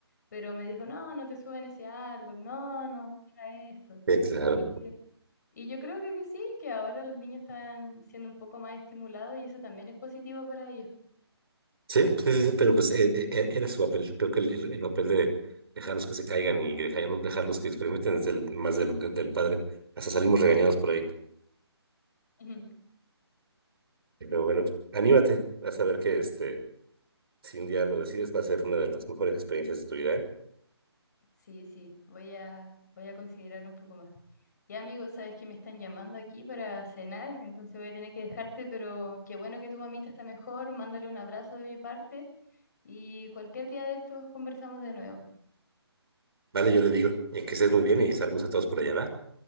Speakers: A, on the left (about 40°); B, on the right (about 60°).
A: pero me dijo, no, no te suben ese árbol, no, no, mira esto.
B: Sí, claro.
A: Y, eh, y yo creo que, que sí, que ahora los niños están siendo un poco más estimulados y eso también es positivo para ellos.
B: Sí, sí, sí, sí, pero pues e- e- era su papel. Creo que el, el- el papel de dejarlos que se caigan y dejarlos, dejarlos que experimenten es el, más del, del padre. Hasta salimos regañados por ahí.
A: <laughs> Ujú.
B: Pero bueno, anímate. Vas a ver que este, si un día lo decides, va a ser una de las mejores experiencias de tu vida, ¿eh?
A: Sí, sí, voy a, voy a considerar un poco más. Ya, amigo, sabes que me están llamando aquí para cenar, entonces voy a tener que dejarte, pero qué bueno que tu mamita está mejor, mándale un abrazo de mi parte y cualquier día de estos conversamos de nuevo.
B: Vale, yo le digo. eh, que estés muy bien y saludos a todos por allá, ¿va?